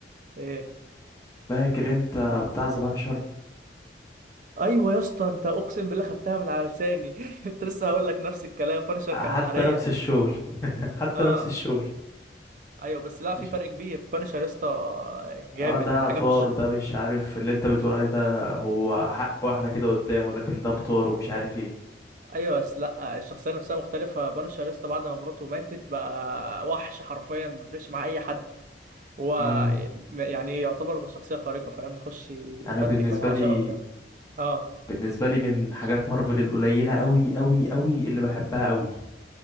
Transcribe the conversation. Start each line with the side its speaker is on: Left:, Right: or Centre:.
Right: ايه
Left: فاكر انت بتاع ذا بانشر
Right: ايوه يا اسطى انت اقسم بالله خدتها من على لساني <laughs> كنت لسه هقول لك نفس الكلام بانشر كان
Left: حتى
Right: بحريه
Left: نفس الشغل <laughs> حتى
Right: اه
Left: نفس الشغل
Right: ايوه بس لا
Left: مش
Right: في فرق كبير بانشر يا اسطى جامد
Left: اه ده
Right: يعني حاجه
Left: طار
Right: مش
Left: ده مش عارف اللي انت بتقول عليه ده هو حق واحدة كده قدامه لكن ده بطار ومش عارف ايه
Right: ايوه بس لا الشخصيه نفسها مختلفه بانشر يا اسطى بعد ما مراته ماتت بقى وحش حرفيا ما بيفرقش مع اي حد هو
Left: امم
Right: يعني يعتبر شخصيه خارقه فاهم بيخش يفرتك
Left: انا بالنسبة
Right: لو عشرة
Left: لي
Right: قدامه اه
Left: بالنسبة لي من حاجات مارفل القليلة أوي أوي أوي اللي بحبها أوي